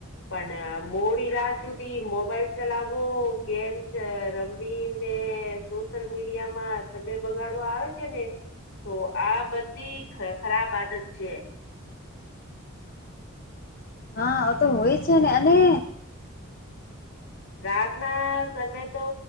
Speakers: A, on the left; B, on the left.
A: પણ મોડી રાત સુધી મોબાઈલ ચલાવો ગેમ છે રમવી ને સોશિયલ મીડિયા માં સમય બગાડવા આવે છે ને તો આ બધી ખરાબ આદત છે.
B: હા તો હોય છે ને અને
A: રાત ના સમમે તો